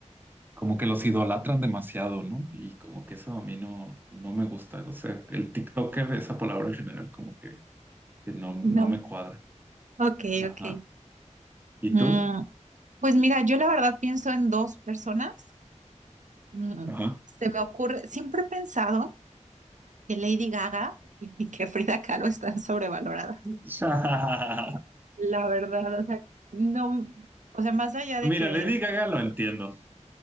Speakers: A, on the right; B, on the right.
A: como que los idolatran demasiado, ¿no? Y como que eso a mí no, no me gusta. O sea, el TikToker, esa palabra en general, como que, que no, no
B: No.
A: me cuadra.
B: Ok,
A: Ajá.
B: ok.
A: ¿Y
B: Mm,
A: tú?
B: pues mira, yo la verdad pienso en dos personas. Mm,
A: Ajá.
B: se me ocurre, siempre he pensado que Lady Gaga y que Frida Kahlo están sobrevaloradas.
A: <laughs>
B: La verdad, o sea, no, o sea, más allá
A: Mira,
B: de que,
A: Lady Gaga lo entiendo,